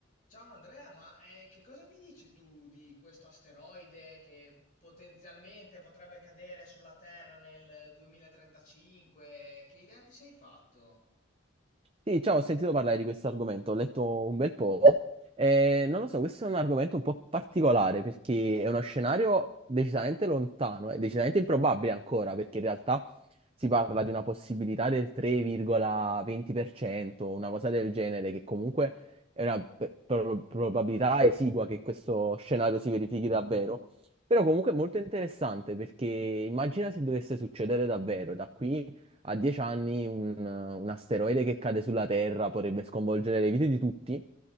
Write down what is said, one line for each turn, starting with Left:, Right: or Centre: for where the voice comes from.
Left: Ciao Andrea, ma eh, che cosa mi dici tu di questo asteroide che potenzialmente potrebbe cadere sulla Terra nel 2035? Che idea ti sei fatto?
Right: Sì, ciao, ho sentito parlare di questo argomento, ho letto un bel po'. Eh, non lo so, questo è un argomento un po' particolare perché è uno scenario decisamente lontano e decisamente improbabile ancora, perché in realtà si parla di una possibilità del 3,20%, una cosa del genere, che comunque è una pe- pro- probabilità esigua che questo scenario si verifichi davvero. Però comunque è molto interessante perché immagina se dovesse succedere davvero da qui a 10 anni un, un asteroide che cade sulla Terra potrebbe sconvolgere le vite di tutti,